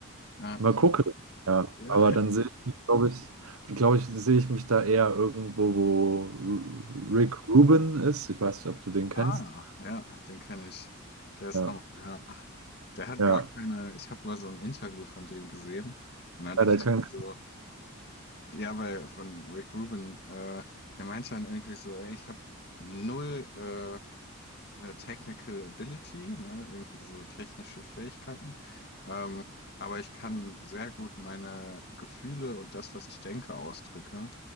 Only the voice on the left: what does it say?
Ja.
Ja.
Ah, ja, den kenne ich. Der ist
Hammer, ja. Der hat
gar keine, ich habe mal so ein Interview von dem gesehen und dann dachte
ich mir so, ja, weil von Rick Rubin, äh, der meinte dann irgendwie so, ey, ich habe null äh, äh, Technical Ability, ne, irgendwie so technische Fähigkeiten. Ähm, aber ich kann sehr gut meine Gefühle und das, was ich denke, ausdrücken.